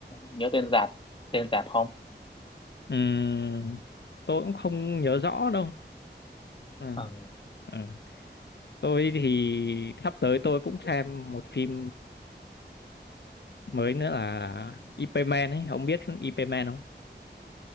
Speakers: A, on the left; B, on the left.
A: nhớ tên rạp tên rạp không
B: ừm, tôi cũng không nhớ rõ đâu ừ,
A: ờ
B: ừ. tôi thì sắp tới tôi cũng xem một phim mới nữa là IP Man ấy ông biết IP Man không